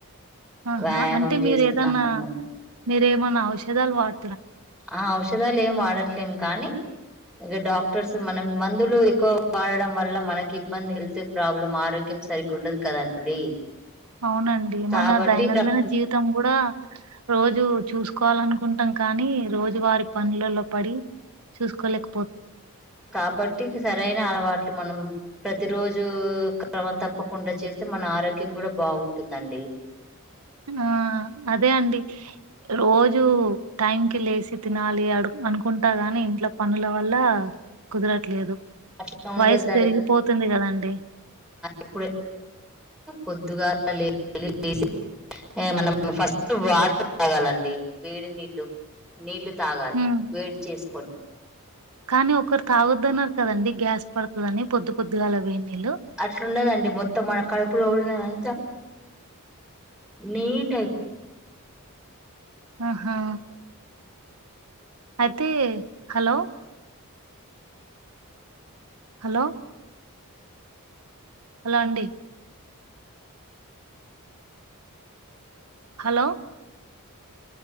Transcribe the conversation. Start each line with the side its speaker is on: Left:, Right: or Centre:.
Right: ఆహా
Centre: వ్యాయామం
Right: అంటే
Centre: చేస్తున్నాము
Right: మీరు ఏదన్నా మీరేమన్నా ఔషధాలు వాడ
Centre: ఆ ఔషధాలు ఏం వాడట్లేం కానీ ఇగ డాక్టర్స్ మనం మందులు ఎక్కువ వాడడం వల్ల మనకి ఇబ్బంది హెల్త్ ప్రాబ్లం ఆరోగ్యం సరిగ్గా ఉండదు కదండి
Right: అవునండి
Centre: కాబట్టి
Right: మన దైనందిన జీవితం గూడా రోజు చూసుకోవాలనుకుంటాం కానీ రోజువారి పనులలో పడి చూసుకోలేక
Centre: కాబట్టి ఇక సరైన అలవాట్లు మనం ప్రతి రోజూ క్రమం తప్పకుండా చేస్తే మన ఆరోగ్యం కూడా బాగుంటుందండి
Right: ఆ అదే అండి రోజ్ జూ టైం కి లేసి తినాలి అడి అనుకుంటా గాని ఇంట్లో పనుల వల్ల కుదరట్లేదు
Centre: అట్లా ఉండొద్దండి
Right: వయసు పెరిగిపోతుంది కదండి
Centre: ఇప్పుడ పొద్దుగా లే లేసి ఎ మనం ఫస్ట్ వాటర్ తాగాలండి వేడి నీళ్ళు నీళ్ళు తాగాలి
Right: ఉమ్
Centre: వేడి చేసుకొని
Right: కానీ ఒకరు తాగొద్దన్నారు కదండి గ్యాస్ పడతదని పొద్దు పొద్దుగాల వేడి నీళ్ళు
Centre: అట్లుండదండి మొత్తం మనకాడు పులో ఉన్నదంతా నీటై
Right: ఆహా అయితే హలో హలో హలో అండి హలో